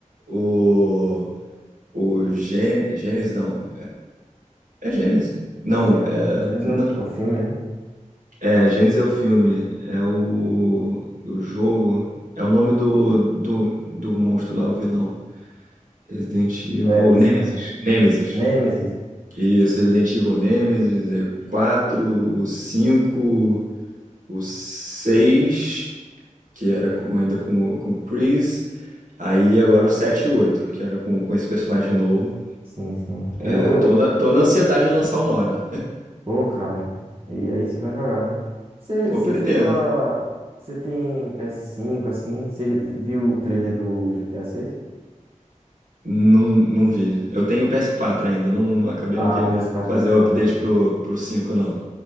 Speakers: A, on the right; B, on the right.
A: o. O Gen... Gênesis, não. É Gênesis? Não,
B: É o Genesis.
A: é.
B: Genesis
A: n-
B: é o, o filme, né?
A: É, Gênesis é o filme. É o. O jogo. É o nome do, do, do monstro lá, o vilão. Resident Evil.
B: É, isso
A: Nemesis.
B: mesmo.
A: Nemesis.
B: Nemesis.
A: Isso, Resident Evil Nemesis, aí o 4, o 5, o 6, que era com- ainda com, o- com o Chris. Aí agora o 7 e o 8 que era com, com esse personagem novo.
B: Sim, sim. Eu,
A: É,
B: eu,
A: tô na, tô na ansiedade de lançar o nove,
B: Pô, cara. E aí você vai jogar, né? Você
A: <laughs>
B: você
A: Pô, pretendo.
B: chegou a. Você tem ps cinco assim? Você viu o trailer do GTA seis
A: Não, não vi. Eu tenho o PS4 ainda, não acabei
B: Ah,
A: não querendo
B: ps quatro
A: fazer
B: é bom,
A: o update
B: cara.
A: pro, pro 5 não.